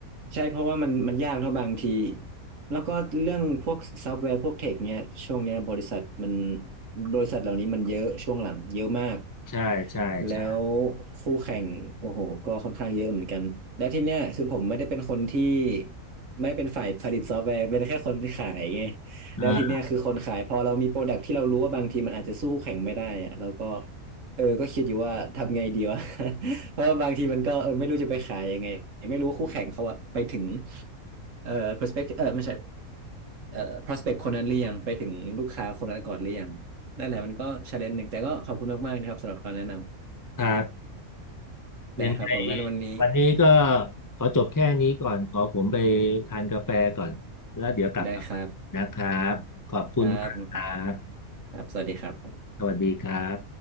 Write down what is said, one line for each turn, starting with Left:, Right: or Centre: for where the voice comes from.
Right: ใช่เพราะว่ามันมันยากเท่าะบางทีแล้วก็เรื่องพวกซอฟต์แวร์พวกเทคเนี้ยช่วงเนี้ยบริษัทมันบริษัทเหล่านี้มันเยอะช่วงหลังเยอะมาก
Left: ใช่ใช่ใช่
Right: แล้วคู่แข่งโอ้โหก็ค่อนข้างเยอะเหมือนกันแล้วที่เนี้ยคือผมไม่ได้เป็นคนที่ไม่ได้เป็นฝ่ายผลิตซอฟต์แวร์เป็นแค่คนขายไง
Left: อ่า
Right: แล้วทีเนี้ยคือคนขายพอเรามีโปรดักที่เรารู้ว่าบางทีมันอาจจะสู้คู่แข่งไม่ได้อะเราก็เออก็คิดอยู่ว่าทำไงดีวะ <laughs> เพราะว่าบางทีมันก็เออไม่รู้จะไปขายยังไงไม่รู้ว่าคู่แข่งเขาอะไปถึงเอ่อ perspective เออไม่ใช่เอ่อ prospect คนนั้นหรือยังไปถึงลูกค้าคนนั้นก่อนหรือยังนั่นแหละมันก็ challenge หนึ่งแต่ก็ขอบคุณมากๆนะครับสำหรับคำแนะนำ
Left: ครับ
Right: ได้ครับผมงั้นวันนี้
Left: ยังไงวันนี้ก็ขอจบแค่นี้ก่อนขอผมไปทานกาแฟก่อนแล้วเดี๋ยวกลับมาใหม่นะครับขอบคุณมากครับ
Right: ได้ครับครับผมครับครับสวัสดีครับ
Left: สวัสดีครับ